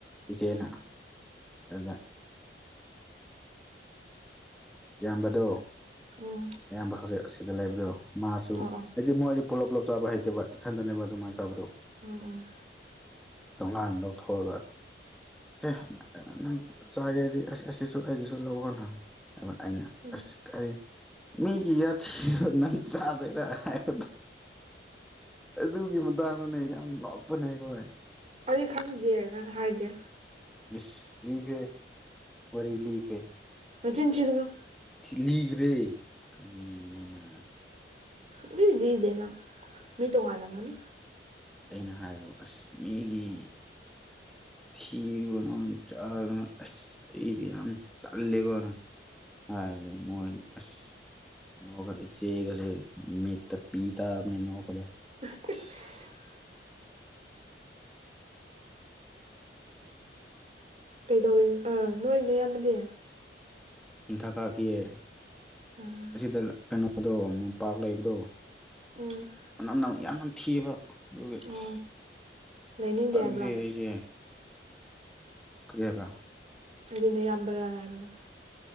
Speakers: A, in the centre; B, on the right.
A: ꯏꯆꯦꯅ
B: ꯎꯝ
A: ꯑꯗꯨꯗ ꯏꯌꯥꯝꯕꯗꯣ
B: ꯎꯝ
A: ꯑꯌꯥꯝꯕ ꯍꯧꯖꯤꯛ ꯑꯁꯤꯗ ꯂꯩꯕꯗꯣ ꯃꯥꯁꯨ
B: ꯑꯥ ꯑꯥ
A: ꯍꯥꯏꯗꯤ ꯃꯣꯏꯗꯤ ꯄꯨꯂꯞ-ꯄꯨꯂꯞ ꯆꯥꯕ ꯍꯩꯇꯦꯕ ꯏꯊꯟꯗꯅꯦꯕ ꯑꯗꯨꯃꯥꯏꯅ ꯆꯥꯕꯗꯣ
B: ꯎꯝ ꯎꯝ
A: ꯇꯣꯉꯥꯟꯅ ꯂꯧꯊꯣꯛꯑꯒ ꯁꯦ ꯅꯪ ꯆꯥꯒꯦꯗꯤ ꯑꯁ ꯑꯁꯤꯁꯨ ꯑꯩꯒꯤꯁꯨ ꯂꯧꯒ‌ꯣꯅ ꯑꯗꯨꯒ ꯑꯩꯅ
B: ꯎꯝ
A: ꯑꯁ ꯀꯔꯤ ꯃꯤꯒꯤ ꯌꯥ ꯊ ꯅ ꯆꯥꯗꯔꯗ ꯑꯗꯨꯒꯤ ꯃꯇꯥꯡꯗꯅꯦ ꯌꯥꯝ ꯅꯣꯛꯄꯅꯦ ꯑꯩꯈꯣꯏ
B: ꯑꯩ ꯈꯪꯗꯦ ꯅꯪ ꯍꯥꯏꯒꯦ
A: ꯌꯦꯁ ꯂꯤꯈ꯭ꯔꯦ ꯋꯥꯔꯤ ꯂꯤꯈ꯭ꯔꯦ
B: ꯅꯆꯤꯟꯊꯤꯒꯅꯨ
A: ꯊꯤꯂꯤꯈ꯭ꯔꯦ ꯀꯟꯅ
B: ꯑꯗꯨꯗꯤꯗꯦꯅ ꯃꯤ ꯇꯣꯡꯉꯜꯂꯝꯒꯅꯤ
A: ꯑꯩꯅ ꯍꯥꯏꯕꯕꯨ ꯑꯁ ꯃꯤꯒꯤ ꯊꯤꯔ ꯅ ꯆꯥ ꯑ ꯑꯩꯗꯤ ꯌꯥꯝ ꯆꯂꯦꯀꯣꯅ ꯍꯥꯏ ꯃꯁ ꯅꯣꯛꯈ ꯈꯆꯦ ꯀꯁꯦ ꯃꯦꯠꯇ ꯄꯤꯇꯅꯤ ꯅꯣꯈꯗ
B: <inaudible> <inaudible> ꯀꯩꯗꯧꯔꯤ ꯑꯥ ꯅꯣꯏ ꯅꯣꯏ ꯌꯥꯝꯃꯗꯤ
A: ꯑꯝꯊꯛ ꯀꯥꯈꯤꯌꯦ
B: ꯎꯝ
A: ꯑꯁꯤꯗ ꯀꯩꯅꯣꯗꯣ ꯃꯣꯝꯄꯥꯛ ꯂꯩꯕꯗꯣ
B: ꯎꯝ
A: ꯃꯅꯝꯅ ꯌꯥꯝꯅ ꯊꯤꯕ ꯑꯗꯨꯒꯤ
B: ꯑꯣ
A: ꯑꯁ
B: ꯂꯩꯅꯤꯡꯗꯦ
A: ꯇꯟꯗꯦ
B: ꯍꯥꯏꯕ꯭ꯔꯥ
A: ꯑꯩꯁꯦ ꯀ꯭ꯔꯤꯕ
B: ꯑꯗꯨꯅꯦ ꯌꯥꯝꯕꯔꯥꯔ ꯍꯥꯏꯕꯅꯤ